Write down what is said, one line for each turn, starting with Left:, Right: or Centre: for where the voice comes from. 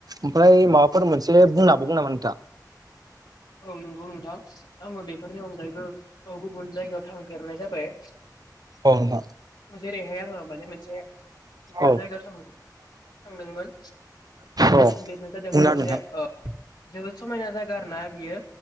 Right: ओमफ्राय माबाफोर मोनसे बुंना हाबावगो नामा नोंथाङा?
Left: औ नंगौ नोंथां आङो बेफोरनि अनगायैबो औ गुबुन जायगायाव थांफेरनाय जाबाय।
Right: औ नोंथां।
Left: जेरैहाय आङो माने मोनसे
Right: औ
Left: जायगायाव थां दोंमोन
Right: औ
Left: बेनो जादों
Right: बुंना
Left: मोनसे
Right: होदो नोंथां
Left: ओ जोबोद समायना जायगा आरो ना बियो